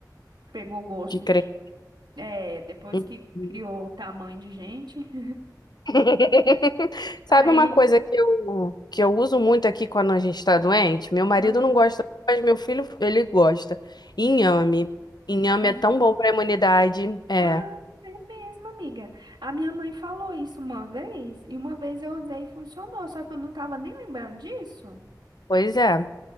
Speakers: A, on the right; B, on the left.
A: pegou gosto
B: de crer.
A: de. É, depois
B: Uhum.
A: que criou o tamanho de gente. <laughs>
B: <laughs> Sabe
A: Aí.
B: uma coisa que eu, que eu uso muito aqui quando a gente está doente? Meu marido
A: Ah,
B: não gosta, mas meu filho, ele gosta. Inhame.
A: enfim.
B: Inhame
A: Não.
B: é tão bom para a imunidade. É,
A: Ah, é mesmo, amiga. A minha mãe falou isso uma vez, e uma vez eu usei e funcionou, só que eu não tava nem lembrando disso.
B: pois é.